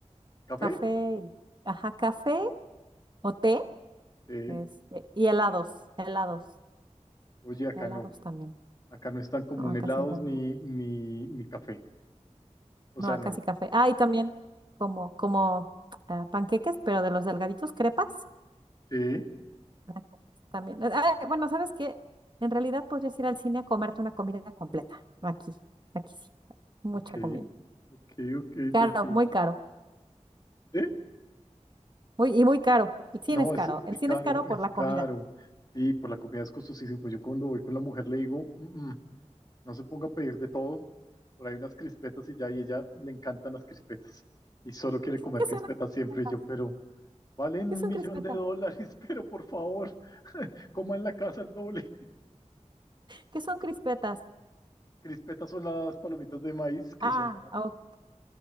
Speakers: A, on the left (about 35°); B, on the right (about 40°).
A: ¿Café?
B: café, y- ajá, café o té.
A: Sí.
B: Este, y helados, helados,
A: Oye, acá
B: helados
A: no.
B: también.
A: Acá no están como
B: No,
A: un
B: acá
A: helados
B: sí va
A: ni, ni, ni café. O
B: No,
A: sea,
B: acá
A: no.
B: sí café. Ah, y también como, como ah, panqueques, pero de los delgaditos, crepas.
A: Sí,
B: ah, También. Ah, bueno, ¿sabes qué? En realidad podrías ir al cine a comerte una comida completa. Aquí, aquí sí. Mucha
A: ok,
B: comida.
A: ok, ok,
B: Caro,
A: te entiendo.
B: muy caro.
A: ¿Sí?
B: Muy, y muy caro. El cine
A: No,
B: es
A: es
B: caro.
A: muy
B: El cine
A: caro,
B: es caro por
A: es
B: la
A: caro.
B: comida.
A: Sí, por la comida es costosísimo. Yo cuando voy con la mujer le digo, "Mm, mm, no se ponga a pedir de todo. Por ahí unas crispetas y ya, y ella le encantan las crispetas. Y solo quiere comer
B: ¿Qué
A: crispetas
B: son las crispetas?
A: siempre. Y yo, pero valen
B: ¿Qué
A: un
B: son
A: millón
B: crispetas?
A: de dólares, <laughs> pero por favor, coma en la casa el doble.
B: ¿Qué son crispetas?
A: Crispetas son las palomitas de maíz, que
B: Ah,
A: son
B: ok.